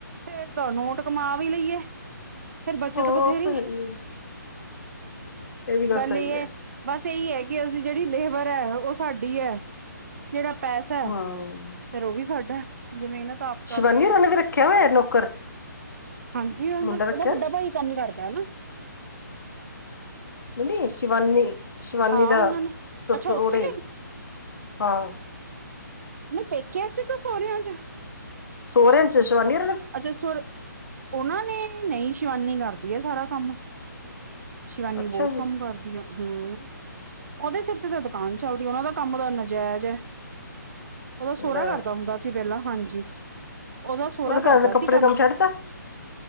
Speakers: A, on the right; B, on the left.
A: ਫੇਰ ਫੇਰ ਨੋਟ ਕਮਾ ਵੀ ਲਈਏ। ਫੇਰ ਬੱਚਤ
B: ਉਹ
A: ਬਥੇਰੀ।
B: ਤਾਂ ਹੈ ਹੀ ਇਹ ਵੀ
A: ਗੱਲ
B: ਸਹੀ
A: ਏ ੲੈ।
B: ਹੈ
A: ਬਸ ਏਹੀ ਹੈ ਕਿ ਅਸੀਂ ਜਿਹੜੀ ਲੇਬਰ ਹੈ, ਉਹ ਸਾਡੀ ਹੈ। ਜਿਹੜਾ ਪੈਸਾ ਹੈ,
B: ਹਮ
A: ਫੇਰ ਉਹ ਵੀ ਸਾਡਾ ਐ ਜੇ ਮਿਹਨਤ ਆਪ ਕਰ
B: ਸ਼ਿਵਾਨੀ
A: ਰਹੇ ਆ
B: ਹੋਰਾਂ
A: ਤਾਂ
B: ਨੇ
A: ਫੇਰ।
B: ਵੀ ਰੱਖਿਆ ਹੋਇਆ ਨੌਕਰ
A: ਹਾਂਜੀ ਉ
B: ਮੁੰਡਾ
A: ਨਾ
B: ਰੱਖਿਆ
A: ਵੱਡਾ ਭਾਈ ਕੰਮ ਕਰਦਾ ਏ ਨਾ।
B: ਨਈ ਨਈ ਸ਼ਿਵਾਨੀ ਸ਼ਿਵਾਨੀ
A: ਹਾਂ
B: ਦਾ
A: ਉਹਨਾਂ ਨੇ
B: ਸੱਸ
A: ਅੱਛਾ
B: ਸਉਰੇ
A: ਉੱਥੇ
B: ਹਾਂ।
A: ਨਹੀਂ ਪੇਕਿਆਂ ਚ ਕੇ ਸੋਹਰਿਆਂ ਚ।
B: ਸੋਹਰੇ ਚ ਸ਼ਵਾਨੀ
A: ਅੱਛਾ ਸੁਰ, ਉਹਨਾਂ ਨੇ ਨਹੀਂ ਸ਼ਿਵਾਨੀ ਕਰਦੀ ਏ ਸਾਰਾ ਕੰਮ। ਸ਼ਿਵਾਨੀ
B: ਅੱਛਾ
A: ਬੋਤ
B: ਜੀ
A: ਕੰਮ ਕਰਦੀ ਏ। ਹੂੰ ਉਦੇ ਸੇਰ ਤੇ ਤਾਂ ਦੁਕਾਨ ਚੱਲਦੀ ਏ, ਉਹਨਾ ਦਾ ਕੰਮ ਤਾਂ ਨਜੈਜ਼ ਏ। ਉਹਦਾ ਸੋਹਰਾ
B: ਲੈ
A: ਕਰਦਾ ਹੁੰਦਾ ਸੀ ਪਹਿਲਾਂ ਹਾਂਜੀ। ਉਦਾ ਸੋਹਰਾ
B: ਉਹਦੇ
A: ਕਰਦਾ
B: ਘਰ ਨੇ ਕੱਪੜੇ
A: ਸੀ ਕੰਮ।
B: ਛੱਡਤਾ